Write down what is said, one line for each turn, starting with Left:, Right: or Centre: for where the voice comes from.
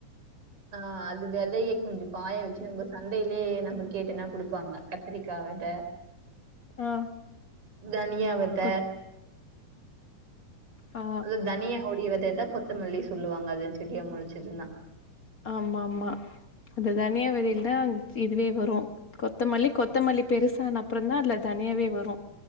Right: ஆ அது வெதையை கொஞ்சோ காய வச்சு நம்ம சந்தைலேயே நம்ம கேட்டனா குடுப்பாங்க கத் கத்தரிக்கா வெத
Left: ஆ
Right: தனியா வெத
Left: கொத் ஆ
Right: வு தனியா ஓடி வெத தா கொத்தமல்லி சொல்லுவாங்க அத செடியா மொளச்சுதுனா
Left: ஆமாமா அது தனியா வெதகள் தாங் சி இதுவே வரு கொத்தமல்லி கொத்தமல்லி பெருசான அப்றோதா அதுல தன்யாவே வரு